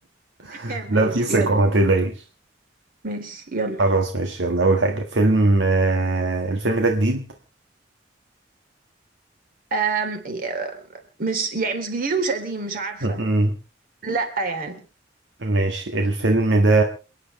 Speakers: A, on the right; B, on the right.
A: <laughs>
B: <laughs> لا
A: ماشي
B: في ثقة
A: يلا
B: ما تقلقيش
A: ماشي يلا
B: خلاص ماشي يلا أول حاجة فيلم آه، الفيلم ده جديد
A: أم مش يعني مش جديد ومش قديم مش عارفة
B: <laughs> مهم.
A: لا يعني
B: ماشي الفيلم ده